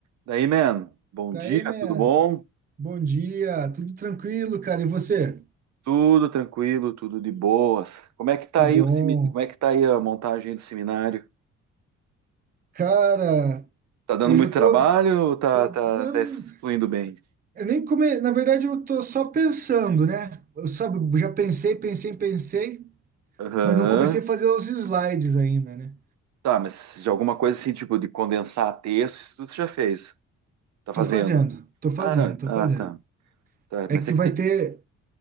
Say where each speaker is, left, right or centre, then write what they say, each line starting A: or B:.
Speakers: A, on the right; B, on the right.
A: Daí, man, bom
B: Daí,
A: dia,
B: man,
A: tudo bom?
B: bom dia, tudo tranquilo, cara, e você?
A: Tudo tranquilo, tudo de boas. Como é que tá
B: Que
A: aí
B: bom.
A: o semi... como é que tá aí a montagem do seminário?
B: Cara,
A: Tá dando
B: eu
A: muito
B: já tô,
A: trabalho ou tá,
B: tá,
A: tá,
B: não,
A: tá fluindo bem?
B: eu nem come, na verdade eu tô só pensando, né? Eu, sabe, já pensei, pensei, pensei,
A: Aham.
B: mas não comecei a fazer os slides ainda, né?
A: Tá, mas de alguma coisa assim, tipo, de condensar texto, isso tudo você já fez. Tá
B: Tô
A: fazendo?
B: fazendo, tô fazendo,
A: Ah, não.
B: tô
A: Ah,
B: fazendo.
A: tá. Tá,
B: É
A: mas
B: que
A: é que
B: vai
A: tem...
B: ter,